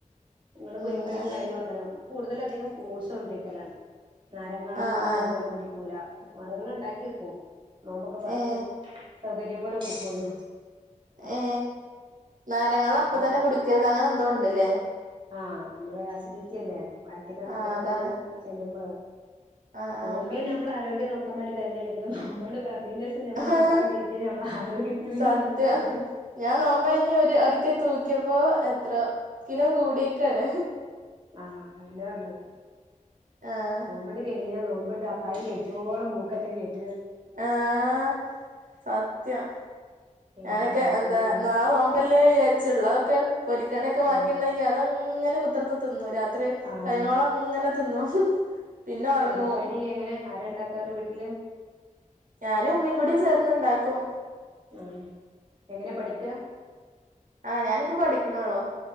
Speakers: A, on the right; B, on the right.
A: നിങ്ങള്
B: ഉം
A: പൊരിക്കടിയും
B: അങ്ങനെ
A: കാര്യങ്ങളൊക്കെ ഞമ്മ കൂടുതല അധികം ഫ്രൂട്ട്സ് കൊണ്ടിരിക്കലാണ് നാരങ്ങള്ളം
B: ആഹ് ആഹ്
A: അതുപോലെ കുടിക്കൂല അടകൾ ഉണ്ടാക്കി വെക്കും നോമ്പൊക്കെ പറന്നു
B: ഏഹ്
A: സൗകര്യം പോലെ കുടുക്കുള്ളൂ
B: ഏ നരങ്ങ വെള്ളംഅപ്പ
A: ആ
B: തന്നെ കുടിക്കരുത് അങ്ങനെ എന്തോ ഉണ്ടല്ലേ
A: ആഹ് നമ്മള് ആസിഡിറ്റി അല്ലേ വയറ്റ കണ്ടി
B: ആഹ്
A: പെട്ടെന്നാണ്
B: അതാണ്
A: ചെല്ലുമ്പോള്
B: ആഹ്
A: നോമ്പ നമ്മൾ ആരോഗ്യം നോക്ക ക്ക വേണ്ടിതന്നെയല്ലേ പിന്നെ നോമ്പങ്ങ പ ന്റസം മ്മളൊക്കൊപാടെ
B: ആഹ്
A: കേറ്റിയാ നമ്മള ആരോഗ്യത്തിന് പിന്നെന്തോ
B: സത്യം
A: നല്ല
B: ഞാൻ നോമ്പഴിഞ്ഞ് ഒരു ഒരിക്കെ തൂക്കിയപ്പോ അത്ര കിലോ കൂടി ക്കണ
A: ആഹ അതന്നെ പറഞ്ഞത്
B: ആഹ്
A: നോമ്പിണ്ട് കഴിഞ്ഞാ നോമ്പിണ്ട് അയിന് കഴിചോളം മൂക്റ്റംകേറ്റി
B: ആഹ സത്യം
A: ഉം
B: ഞാനൊക്കെ
A: അതന്നല്ലേ
B: എന്താ നാളെ തോമ്പല്ലേ വിചാരിച്ചുള്ളതൊക്കെ പൊരിക്കണയൊക്കെ ബാക്കി
A: ഉം
B: ഉുണ്ടെങ്കി അത ഇങ്ങനെ കുത്തത്ര തിന്നു രാ ത്രികൈനോള
A: ആഹ്
B: അങ്ങനെ തിന്നു പിന്നെ ഉറങ്ങൂ
A: പൊരിക്കടി എങ്ങനെ ആരാ ഇണ്ടാക്കാറ് വീട്ടില്
B: ഞാനും ഉമ്മീ കൂടി ചേർന്നണ്ടാക്ക ക്കും
A: ആ എങ്ങനെ പഠിക്ക
B: ആഹ ഞാനിപ്പ പഠിക്കണള്ളോ